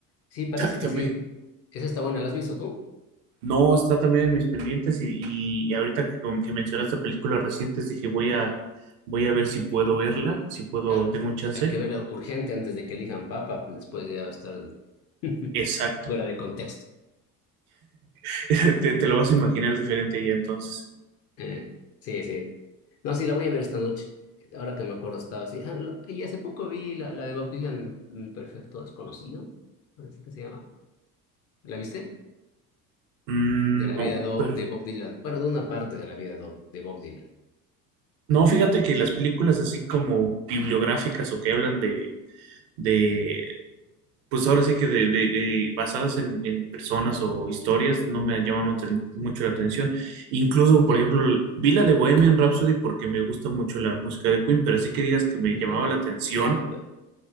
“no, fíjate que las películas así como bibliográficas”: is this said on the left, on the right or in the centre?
Right